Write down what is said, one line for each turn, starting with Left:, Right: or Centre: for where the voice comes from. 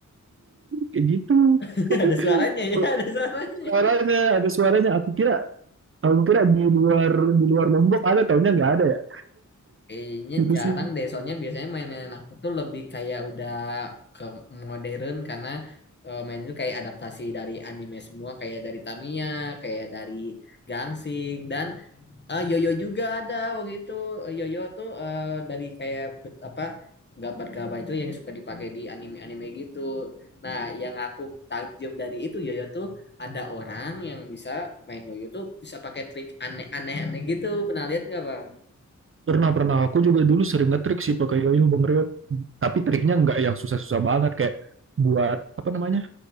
Right: kayak gitu.
Left: <laughs>
Right: <laughs>
Left: Ada suaranya ya,
Right: Kok
Left: ada suaranya.
Right: suaranya ada suaranya. Aku kira aku kira di luar di luar Lombok ada taunya nggak ada ya.
Left: Kayaknya
Right: Itu
Left: jarang
Right: sih.
Left: deh, soalnya biasanya mainan aku tuh lebih kayak udah ke modern karena eh, main itu kayak adaptasi dari anime semua, kayak dari Tamiya, kayak dari Gangsing dan Ah, yoyo juga ada waktu itu. Eh, Yoyo tuh eh, dari kayak bet- apa gambar-gambar itu yang suka dipakai di anime-anime gitu. Nah, yang aku takjub dari itu yoyo tuh ada orang yang bisa main yoyo tuh bisa pakai trik aneh-aneh aneh gitu. Pernah lihat nggak, Bang?
Right: Pernah pernah aku juga dulu sering ngetrik sih pakai yoyo Bang Reo. Tapi triknya nggak yang susah-susah banget kayak buat apa namanya?